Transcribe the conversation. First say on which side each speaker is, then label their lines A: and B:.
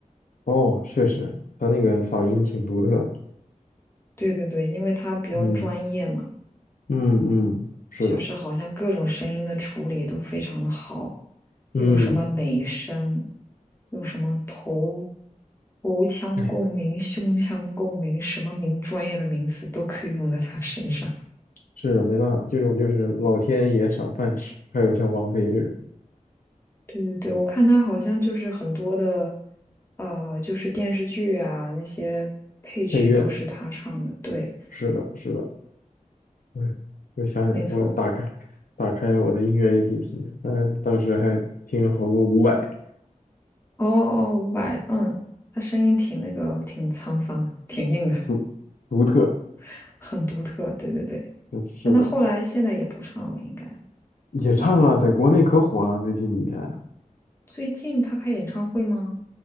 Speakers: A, on the left; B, on the left.
A: 哦，确实，他那个嗓音挺独特的，
B: 对对对，因为他比较专业嘛，
A: 嗯嗯嗯，是的，
B: 就是好像各种声音的处理都非常的好，又有什么美声，
A: 嗯，
B: 有什么头头腔共鸣、
A: 哎，
B: 胸腔共鸣，什么名专业的名词都可以用在他身上。
A: 是的，没办法，这种就是老天爷赏饭吃。还有像王菲这种
B: 对对对，我看他好像就是很多的，呃，就是电视剧啊那些配曲都是他唱的，
A: 配乐，
B: 对，
A: 是的，是的，哎呦，又想起来我打开打开了我的音乐
B: 没错。
A: APP，但当时还听了好多伍佰，
B: 哦哦哦，伍佰，嗯，他声音挺那个，挺沧桑，挺硬的，
A: 独独特，
B: <laughs> 很独特。对对对，
A: 嗯是的，
B: 但他后来现在也不唱了，应该。
A: 也唱啊，
B: 他
A: 在国内可火了，最近几年，
B: 最近他开演唱会吗？